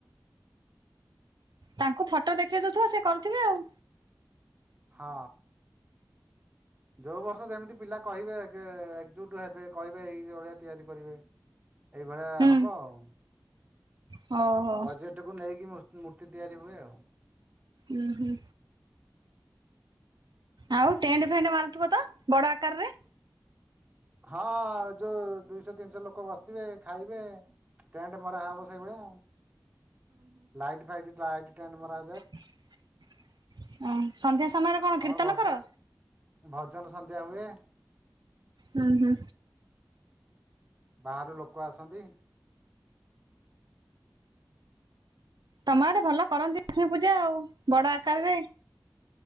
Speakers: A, on the right; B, on the right.
A: ତାଙ୍କୁ ଫଟୋ ଦେଖେଇ ଦଉଥିବ ସେ କରୁଥିବେ ଆଉ।
B: ହଁ। ଯୋଉ ବର୍ଷ ଯେମିତି ପିଲା କହିବେ ଏକଜୁଟ ହେବେ କହିବେ ଏଇ ଅଳିଆ ତିଆରି କରିବେ। ଏଇଭଳିଆ
A: ହଉ
B: ହବ ଆଉ।
A: ହଉ
B: ବଜେଟ କୁ ନେଇକି। ତିଆରି ହୁଏ ଆଉ।
A: ଉଁ ହୁଁ ଆଉ ଟେଣ୍ଟ ଫେଣ୍ଟ ମାରୁଥିବ ତ ବଡ ଆକାରରେ?
B: ହଁ ଯୋଉ ଦିଇଶହ ତିନିଶହ ଲୋକ ବସିବେ ଖାଇବେ। ଟେଣ୍ଟ ମରା ହବ ସେଇଭଳିଆ। ଆଉ ଲାଇଟ ଫାଇଟ ଲାଇଟ ଟଣ୍ଟ ମରା
A: ଓ ସନ୍ଧ୍ୟା ସମୟରେ କଣ
B: ଆମର
A: କୀର୍ତ୍ତନ
B: ଭଜ
A: କର?
B: ଭଜନ ସନ୍ଧ୍ୟା ହୁଏ।
A: ହୁଁ ହୁଁ।
B: ବାହାରୁ ଲୋକ ଆସନ୍ତି।
A: ତମ ଆଡେ ଭଲ କରନ୍ତି ଲକ୍ଷ୍ମୀ ପୂଜା ଆଉ ବଡ ଆକାର ରେ।